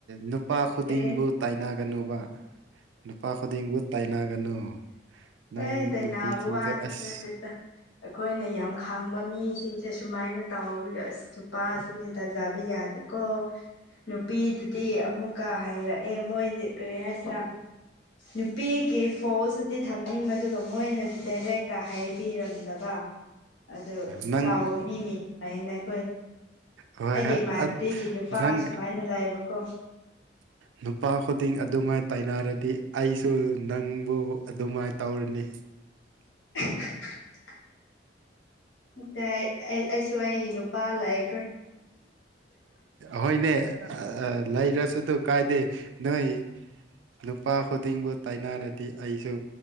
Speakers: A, on the right; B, on the left.
A: ꯅꯨꯄꯥ ꯈꯨꯗꯤꯡꯕꯨ
B: ꯀꯔꯤ
A: ꯇꯥꯏꯅꯒꯅꯨꯕ ꯅꯨꯄꯥ ꯈꯨꯗꯤꯡꯕꯨ ꯇꯥꯏꯅꯒꯅꯨ ꯅꯣꯏ
B: ꯑꯥ ꯇꯥꯏꯅꯥꯕꯨ
A: ꯅꯨꯄꯤꯁꯤꯡꯁꯦ
B: ꯋꯥ
A: ꯑꯁ
B: ꯅꯠꯇꯦꯠꯇ ꯑꯩꯈꯣꯏꯅ ꯌꯥꯝ ꯈꯥꯡꯕ ꯃꯤꯁꯤꯡ ꯁꯦ ꯁꯨꯃꯥꯏꯅ ꯇꯥꯎꯕ ꯅꯨꯄꯥꯁꯤꯡꯁꯦ ꯊꯥꯖꯕ ꯌꯥꯗꯦ ꯀꯣ ꯅꯨꯄꯤꯗꯨꯗꯤ ꯑꯃꯨꯛ ꯀ ꯍꯥꯏꯔꯛꯑꯦ ꯃꯣꯏꯗꯤ ꯀꯔꯤ ꯍꯥꯏꯁꯤꯔ ꯅꯨꯄꯤꯒꯤ ꯐꯣꯁ ꯇꯨꯗꯤ ꯊꯝꯅꯤ ꯃꯗꯨꯒ ꯃꯣꯏꯅꯗꯤ ꯗꯥꯏꯔꯦꯛ ꯀ ꯍꯥꯏꯕꯤꯔꯝꯗꯕ ꯑꯗꯨ
A: ꯅꯪ
B: ꯆꯥꯎꯔ ꯃꯤ ꯃꯤ ꯍꯥꯏꯅ ꯑꯩꯈꯣꯏ
A: ꯍꯣꯏ
B: ꯑꯩꯒꯤ
A: ꯍꯣꯏ
B: ꯏꯃꯥꯟꯅꯕꯤꯒꯤ ꯅꯨꯄꯥ
A: ꯅꯪ
B: ꯁꯨꯃꯥꯏꯅ ꯂꯥꯛꯑꯕꯀꯣ
A: ꯅꯨꯄꯥ ꯈꯨꯗꯤꯡ ꯑꯗꯨꯃꯥꯏꯅ ꯇꯥꯏꯅꯔꯗꯤ ꯑꯩꯁꯨ ꯅꯪꯕꯨ ꯑꯗꯨꯃꯥꯏꯅ ꯇꯧꯔꯅꯤ
B: <unintelligible> ꯇꯦ ꯑꯩ ꯑꯩꯁꯨ ꯑꯩꯒꯤ ꯅꯨꯄꯥ ꯂꯩꯈꯔ꯭ꯦ
A: ꯍꯣꯏꯅꯦ ꯂꯩꯔꯁꯨ ꯑꯗꯨ ꯀꯥꯏꯗꯦ ꯅꯣꯏ ꯅꯨꯄꯥ ꯈꯨꯗꯤꯡꯕꯨ ꯇꯥꯏꯅꯔꯗꯤ ꯑꯩꯁꯨ